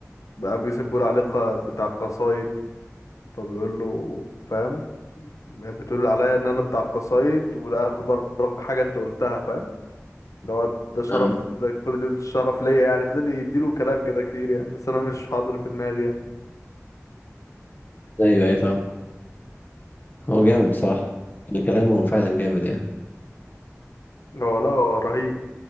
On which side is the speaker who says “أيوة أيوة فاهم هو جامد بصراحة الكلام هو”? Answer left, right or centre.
Left